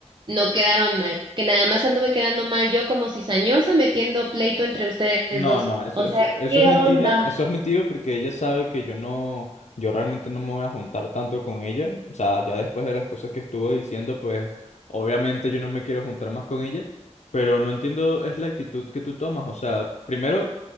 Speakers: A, on the right; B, on the left.
A: no quedaron mal, que nada más anduve quedando mal yo como cizañosa metiendo pleito entre ustedes
B: No,
A: dos.
B: no, eso,
A: O sea,
B: eso, eso
A: ¿qué
B: es mentira,
A: onda?
B: eso es mentira porque ella sabe que yo no, yo realmente no me voy a juntar tanto con ella, o sea, ya después de las cosas que estuvo diciendo, pues obviamente yo no me quiero juntar más con ella, pero no entiendo es la actitud que tú tomas, o sea, primero,